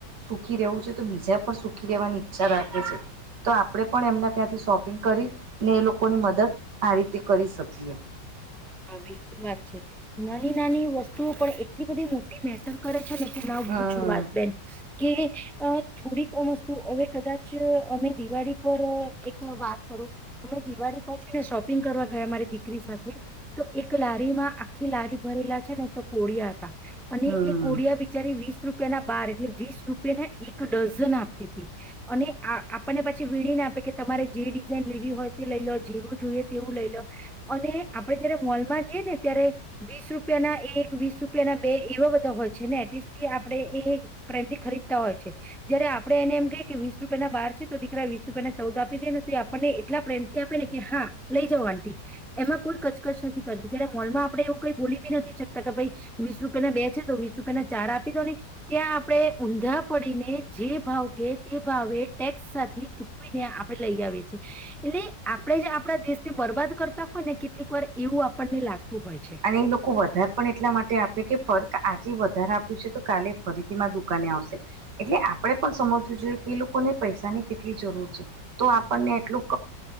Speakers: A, on the right; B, in the centre.
A: સુખી રહેવું છે તો બીજા પણ સુખી રહેવાની ઈચ્છા રાખે છે તો આપડે પણ એમના ત્યાંથી સો કરી ને એ લોકોની મદદ આ રીતે કરી શકીએ.
B: હા બિલકુલ વાત છે નાની નાની વસ્તુઓ પણ એટલી બધી મોટી મેટર કરે છે ને કે ના
A: હમ
B: પૂછું વાત બેન. કે થોડીક વસ્તુ હવે કદાચ અમે દિવાળી પર એક વાત કરું અમે દિવાળી પહોંચી ને શોપિંગ કરવા ગયા મારી દીકરી સાથે તો એક લારી માં આખી લારી ભરેલા છે, ને એક તો કોડીયા હતા અને
A: હમ
B: એ કોડિયા બિચારી વીસ રૂપિયાના બાર એટલે વીસ રૂપિયા ના એક ડઝન આપતી હતી. અને આપણને પછી વીણીને આપે કે તમારે જે ડિઝાઇન લેવી હોય તે લઈ લો જેવું જોઈએ તેવું લઈ લો અને આપડે જયારે મોલમાં જઈ ને ત્યારે વીસ રૂપિયાના એક વીસ રૂપિયાના બે એવા બધા હોય છે ને એટલીસ્ટ આપડે એ પ્રેમથી ખરીદતા હોય છે. જયારે આપણે એને એમ કહીએ કે વીસ રૂપિયા ના બાર છે તો દીકરા વીસ રૂપિયા ના ચૌદ આપી દે ને તો એ આપણને એટલા પ્રેમથી આપે ને કે હા લઈ જવ આંટી એમાં કોઈ કચકચ નથી કરતી જયારે મોલમાં આપણેે એવું કઈ બોલી બી નથી શકતા કે ભાઈ વીસ રૂપિયા ના બે છે તો વીસ રૂપિયા ના ચાર આપી દો ને. ત્યાં આપણે ઊંધા પડીને જે ભાવ કે તે ભાવે ટેક્સ સાથે ચૂ ચુકવીને આપડે લઈ આવીએ છીએ એટલે આપડે જે આપણા દેશ થી બરબાદ કરતા હોય ને એક વાર એવું આપણને લાગતું હોય છે.
A: અને એ લોકો વધારે પણ એટલા માટે આપે કે ફર્ક આજે વધારે આપ્યું છે તો કાલે ફરીથી માર દુકાને આવશે એટલે આપણે પણ સમજવું જોઈએ કે એ લોકોને પૈસાની કેટલી જરૂર છે. તો આપણને એટલું